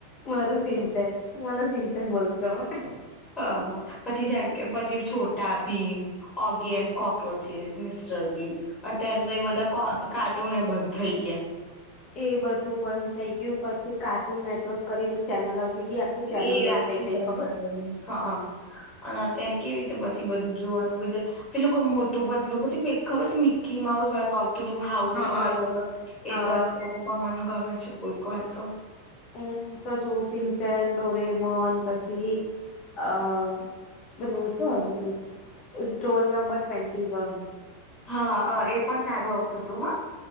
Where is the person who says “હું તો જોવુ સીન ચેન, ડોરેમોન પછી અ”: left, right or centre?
Left